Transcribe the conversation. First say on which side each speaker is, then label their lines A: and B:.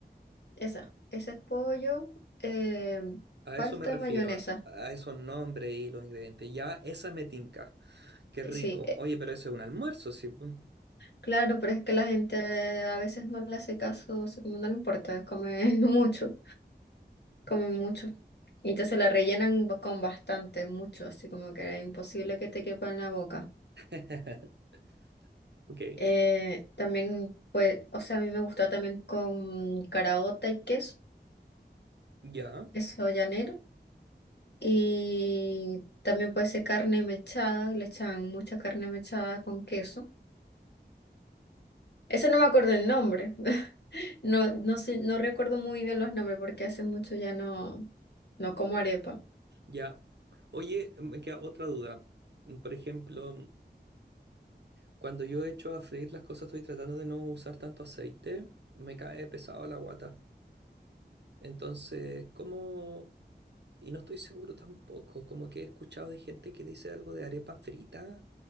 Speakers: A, on the left; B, on the right.
A: Esa, esa es pollo, em,
B: A
A: falta
B: eso me refiero,
A: mayonesa.
B: a, a esos nombres y los ingredientes. Ya, esa me tinca. Qué
A: Eh,
B: rico.
A: Sí, eh,
B: Oye, pero eso es un almuerzo, sí. po.
A: claro, pero es que la gente eh, a veces no le hace caso, o sea, como no le importa, come <laughs> mucho, come mucho. Y entonces la rellenan ba- con bastante, mucho, así como que es imposible que te quepa en la boca.
B: <laughs> Ok.
A: Eh, también, pues, o sea, a mí me gusta también con caraota y queso,
B: Ya,
A: queso llanero. Y también puede ser carne mechada, le echan mucha carne mechada con queso. Eso no me acuerdo el nombre. <laughs> No, no sé, no recuerdo muy bien los nombres porque hace mucho ya no, no como arepa.
B: ya. Oye, me queda otra duda. Por ejemplo, cuando yo echo a freír las cosas, estoy tratando de no usar tanto aceite, me cae pesado la guata. Entonces, ¿cómo? Y no estoy seguro tampoco, como que he escuchado de gente que dice algo de arepa frita.